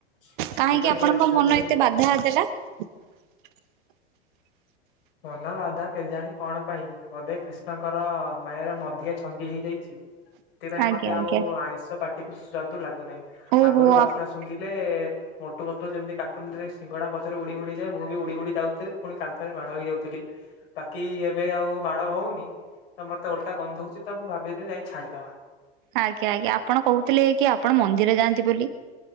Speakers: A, on the left; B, on the right.
A: ତ ସେଥିପାଇଁ
B: କାହିଁକି ଆପଣଙ୍କ
A: ଏ ଅସୁବିଧା
B: ମନ ଏତେ
A: ଟି ହଉଛି
B: ବାଧା
A: ଆଉ।
B: <inaudible>
A: ମନ ବାଧା କେଜାଣୀ କଣ ପାଇଁ ବଧେ କ୍ରିଷ୍ଣଙ୍କର ମାୟାର ମଧିଏ ଛନ୍ଦି ହେଇଯାଇଛି। ସେଥିପାଇଁ
B: ଆଜ୍ଞା
A: ମତେ ଆଉ
B: ଆଜ୍ଞା
A: ଆଇଁଷ ପାଟିକୁ ସ୍ୱାଦୁ ଲାଗୁନାହିଁ
B: ଓହୋ
A: ଆଗରୁ ବାସ୍ନା
B: ଆଜ୍ଞା।
A: ସୁଙ୍ଘିଲେ ମୋଟୁ ପତଲୁ ଯେମିତି କାଟୁନରେ ସିଙ୍ଗଡ଼ା ପଛରେ ଉଡି ଉଡିଯାଏ ମୁଁ ବି ଉଡି ଉଡି ଯାଉଥିଲି ପୁଣି କାନ୍ଥରେ ମାଡ଼ ହେଇଯାଉଥିଲି। ବାକି ଏବେ ଆଉ ମାଡ ହଉନି ତ ମତେ ଓଲଟା ଗନ୍ଧଉଛି ତ ମୁଁ ଭାବିଲି ନାଇଁ ଛାଡିଦବା।
B: ଆଜ୍ଞା ଆଜ୍ଞା ଆପଣ କହୁଥିଲେ କି ଆପଣ ମନ୍ଦିର ଯାଆନ୍ତି ବୋଲି।